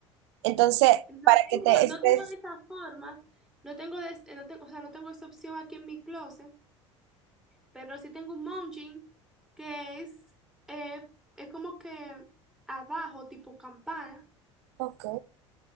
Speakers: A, on the right; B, in the centre.
A: Entonces,
B: No
A: para
B: tengo,
A: que te
B: no
A: estés...
B: tengo de esa forma, no tengo de, es- eh, no tengo, o sea, no tengo esa opción aquí en mi closet, pero sí tengo un mounting que es, eh, es como que abajo, tipo campana,
A: Ok.